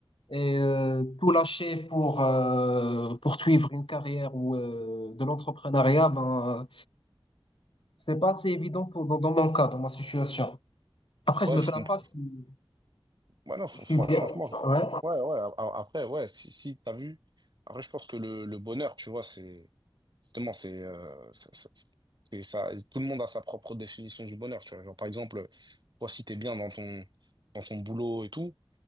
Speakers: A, on the left; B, on the right.
A: Et euh, tout lâcher pour euh, poursuivre une carrière ou euh, de l'entrepreneuriat, ben, euh, c'est pas assez évident pour, dans, dans mon cas, dans ma situation. Après,
B: Ouais,
A: je me
B: je
A: plains
B: comprends.
A: pas, je suis,
B: Ouais, non, fr-
A: je suis
B: fr-
A: bien.
B: franchement, je-
A: Ouais.
B: ouais, ouais, a- a- après, ouais, si, si, t'as vu, après, je pense que le, le bonheur, tu vois, c'est, justement, c'est, euh, ça- ça- c'est ça, tout le monde a sa propre définition du bonheur, tu vois. Genre, par exemple, toi, si t'es bien dans ton, dans ton boulot et tout,